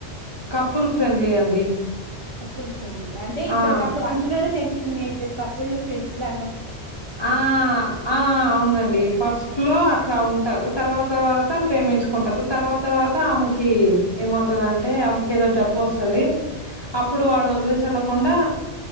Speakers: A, on the left; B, on the right.
A: కపుల్ ఫ్రెండ్లీ అండి.
B: కపుల్ ఫ్రెండ్లీ అంటే ఇద్దరు
A: ఆ!
B: కపు అందులోనే తెలుస్తుంది ఇద్దరు కపుల్ ఫ్రెండ్స్ లా
A: ఆ ఆ అవునండి ఫస్ట్ లో అట్లా ఉంటారు తర్వాత తర్వాత ప్రేమించుకుంటరు, తర్వాత తర్వాత ఆమెకి ఏమవుతదంటే మ్ కేదో జబ్బు వస్తది అప్పుడు వాడు వదిలేసి ఎళ్ళకుండా